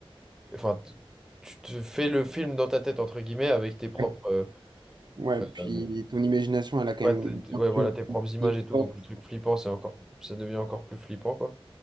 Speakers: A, in the centre; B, on the right.
A: enfin, t- tu te fais le film dans ta tête entre guillemets avec tes propres,
B: ouais.
A: euh,
B: Ouais,
A: euh,
B: puis ton imagination, elle a quand
A: Ouais,
B: même
A: t'es- t'es-
B: bien
A: ouais, voilà,
B: plus
A: tes propres images
B: de
A: et tout,
B: force.
A: donc le truc flippant, c'est encore, ça devient encore plus flippant, quoi.